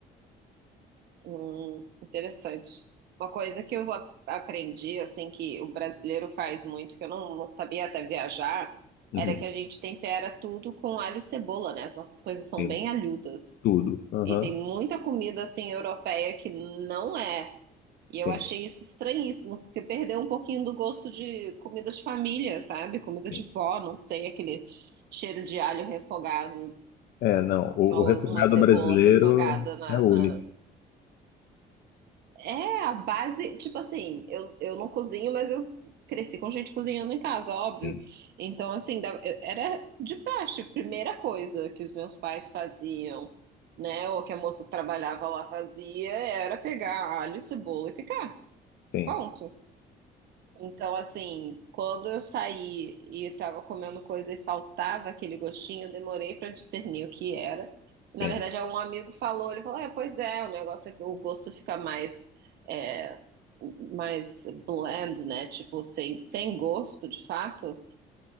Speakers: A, on the right; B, on the left.
A: hum, interessante. Uma coisa que eu a- aprendi, assim, que o brasileiro faz muito, que eu não, não sabia até viajar,
B: Uhum,
A: era que a gente tempera tudo com alho e cebola, né? As nossas coisas são
B: Tem
A: bem alhudas.
B: tudo. Aham,
A: E tem muita comida, assim, europeia que não é. E eu
B: Tem,
A: achei isso estranhíssimo, porque perdeu um pouquinho do gosto de comida de família, sabe? Comida
B: tem.
A: de vó, não sei, aquele cheiro de alho refogado
B: É, não, o,
A: ou
B: o refogado
A: uma cebola
B: brasileiro
A: refogada na,
B: é único.
A: na- É, a base, tipo assim, eu, eu não cozinho, mas eu cresci com gente cozinhando em casa, óbvio.
B: Sim,
A: Então, assim, dava- eu- era de praxe, a primeira coisa que os meus pais faziam, né? Ou que a moça que trabalhava lá fazia, era pegar alho, cebola e picar.
B: tem.
A: Ponto. Então, assim, quando eu saí e estava comendo coisa e faltava aquele gostinho, eu demorei para discernir o que era. Na
B: Tem.
A: verdade, algum amigo falou, ele falou, é, pois é, o negócio é que o gosto fica mais, é, mais bland, né? Tipo, sem, sem gosto, de fato